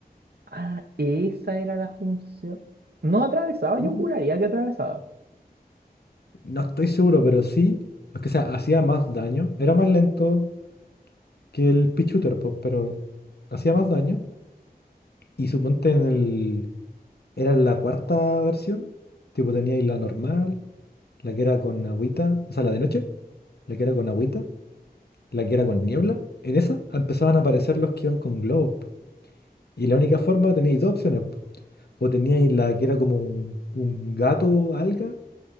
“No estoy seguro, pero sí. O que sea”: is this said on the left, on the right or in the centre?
Left